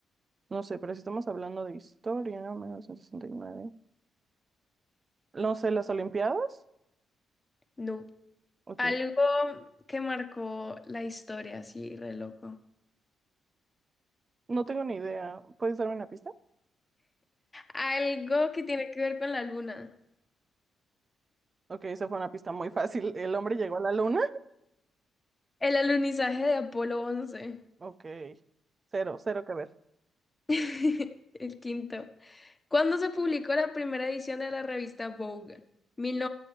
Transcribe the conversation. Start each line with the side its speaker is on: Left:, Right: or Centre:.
Right: no sé, pero si estamos hablando de historia, 1969 no sé, las Olimpiadas.
Left: No.
Right: Ok,
Left: Algo que marcó la historia, así, re loco.
Right: no tengo ni idea. ¿Puedes darme una pista?
Left: Algo que tiene que ver con la luna.
Right: Ok, esa fue una pista muy fácil. ¿El hombre llegó a la luna?
Left: El alunizaje de Apolo once
Right: Ok, cero, cero que ver.
Left: <laughs> El quinto. ¿Cuándo se publicó la primera edición de la revista Vogue? Mil